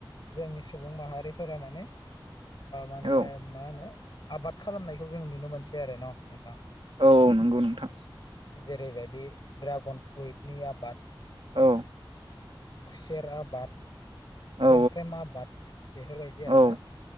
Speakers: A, on the left; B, on the right.
A: जोंनि सुबुं माहारिफोरा माने। माने
B: औ
A: मा होनो आबाद खालामनायखौ जों नुनो मोनसै आरो न' नोंथां।
B: औ औ नंगौ नोंथां
A: जेरैबायदि ड्रागन फ्रुइटनि आबाद।
B: औ
A: खुसेेर आबाद।
B: औ
A: सेमफ्रेम आबाद बेफोरबायदि आरोना‌।
B: औ